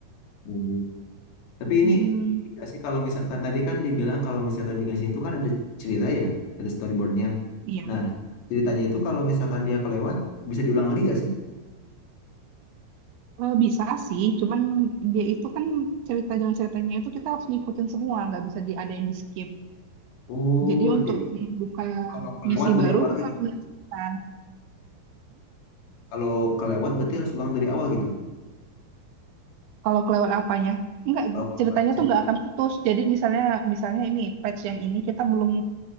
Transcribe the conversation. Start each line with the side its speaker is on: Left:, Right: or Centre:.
Left: Hmm. Tapi ini
Right: Mm-mm.
Left: dikasih kalau misalkan tadi kan dibilang kalau misalkan dikasih itu kan ada cerita ya, ada storyboardnya.
Right: Iya,
Left: Nah, ceritanya itu kalau misalkan dia kelewat bisa diulang lagi gak sih?
Right: Eh, bisa sih, cuman dia itu kan cerita jalan ceritanya itu kita harus ngikutin semua, nggak bisa diadain di skip.
Left: Oh,
Right: Jadi untuk
Left: jadi
Right: membuka
Left: kalau kelewat
Right: misi
Left: dari
Right: baru
Left: awal
Right: kita
Left: lagi
Right: harus
Left: gitu.
Right: menyelesaikan.
Left: Kalau kelewat berarti harus ulang dari awal gitu.
Right: Kalau kelewat apanya? Enggak,
Left: Kalau kelewat
Right: ceritanya
Left: ceritanya.
Right: tuh nggak akan putus. Jadi misalnya misalnya ini patch yang ini kita belum